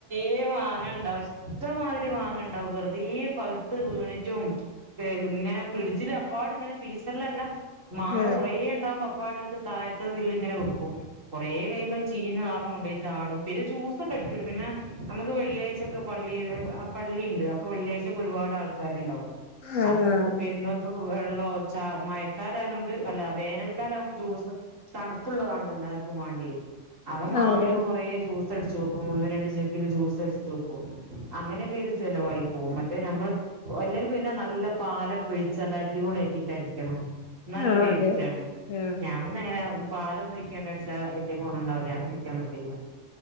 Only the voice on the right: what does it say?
ഇയ മാങ്ങണ്ടാവു ഇഷ്ട്ടമാതിരി മാങ്ങണ്ടാവും വെറ്തെ പഗ്ത്ത് വീണിറ്റും ഇങ്ങനെ ഫ്രിഡ്ജില് അപ്പാട്ങ്ങനെ ഫീസർലല്ല മാങ്ങ
കൊറേ ടാവുമ്പോ അപ്പാടെട്ത്ത് തായത്ത് തില്ലിങ്ങനെ വെക്കും കൊറെ കയുമ്പോ ചീഞ്ഞ്നാറുംകൊണ്ടോയി ചാടും പിൽ ജ്യൂസൊക്കടിക്കൊര് പിന്നെ നമക്ക് വെള്ളിയാചക്കെ പള്ളില് അപള്ളിണ്ട് വെള്ളിയാഴ്ച്ചക്കൊരുപാട് ആൾക്കാര്ണ്ടാവും
അപ്പൊ വര്ന്നോൽക്കൊക്കെ വെള്ളോ ചാ മയക്കാലായതോണ്ട് അല്ല വേനൽ ക്കാലാംമ്പോ ജൂസ് തണ്പ്പുള്ളതാൺല്ലോ എല്ലാര്ക്കും വാണ്ട്യേ അങ്ങ് മാങ്ങ്യക്കെകൊറേ
ജ്യൂ സ് അട്ച്ച് വെക്കും ഒന്ന് രണ്ട് ജെഗ്ഗില് ജ്യൂസ്ട്ച്ച് വെക്കും അങ്ങനെക്കെര് ചെലവായി പോവും മറ്റേ നമ്മള് ഒ അല്ലെങ്കി പിന്നെ നല്ല പാലൊക്കൊ ഴിച്ച് നല്ല അടിപൊളിയാക്കിറ്റടിക്യണം നല്ല
ടേസ്റ്റാണ്
ഞാപിന്നെങ്ങനെ പാലൊന്നും ഒയ്ക്കാണ്ടടിച്ചാ വല്യ ഗൊണണ്ടാവൂല ഞാ അടിക്യാനിക്കലില്ലാ